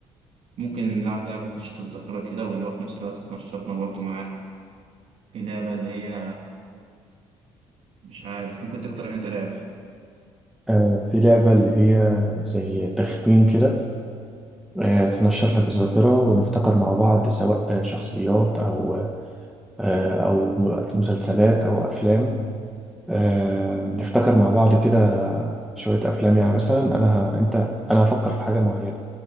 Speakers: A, on the right; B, in the centre.
A: ممكن نلعب لعبة تنشط الذاكرة كده واللي هو في نفس الوقت تنشطنا برضه معاها في لعبة اللي هي مش عارف ممكن تقترح انت لعبة
B: آه في لعبه اللي هي زي تخمين كده آه، تنشط لك الذاكرة ونفتكر مع بعض سواء آه، شخصيات أو آه، أو مسلسلات أو أفلام آه، نفتكر مع بعض كده شوية أفلام يعني مثلا أنا ه... أنت أنا هفكر في حاجة معينة